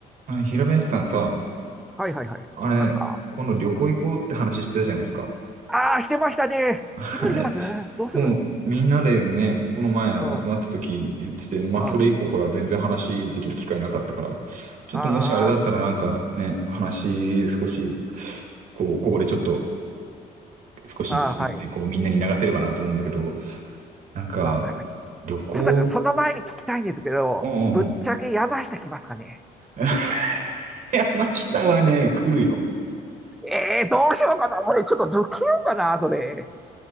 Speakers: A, on the right; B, in the centre.
A: あ平林さんさ、
B: はいはいはい。
A: あれ、
B: なんですか。
A: 今度旅行行こうって話してたじゃないですか。
B: ああ、してましたね。
A: <laughs>
B: いつにしますどうする
A: あれ、そう、みんなでね、この前集まった時言ってて、
B: うん、うん。
A: まあそれ以降ほら全然話できる機会なかったから、
B: あ
A: ちょっともしあれだったらなんかね、
B: あ、
A: 話少し、こう、ここでちょっと少し作って、
B: ああ、はい。
A: こうみんなに流せればなと思うんだけど、なんか、
B: わかりました。
A: 旅行、
B: ちょっと待って、その前に聞きたいんですけど、
A: うんうんうん。
B: ぶっちゃけ山下来ますかね
A: <laughs> 山下はね、来るよ。
B: ええー、どうしようかな。俺、ちょっと抜けようかな、それ。